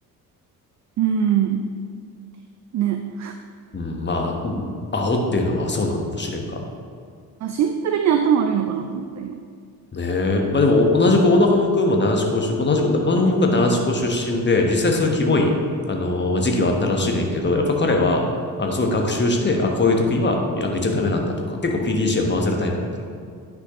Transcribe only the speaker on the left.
うん、まあ、アホっていうのはそうなんかもしれんが、
ねえ。まあでも、同じくオナホム君も男子校出、
同じく、オナホム君は男子校出身で、実際そういうキモい、あのー時期はあったらしいねんけど、やっぱ彼は、あの、すごい学習して、あ、こういう時は、あの、言っちゃダメなんだとか、結構 PDCA は回せるタイプだったのよ。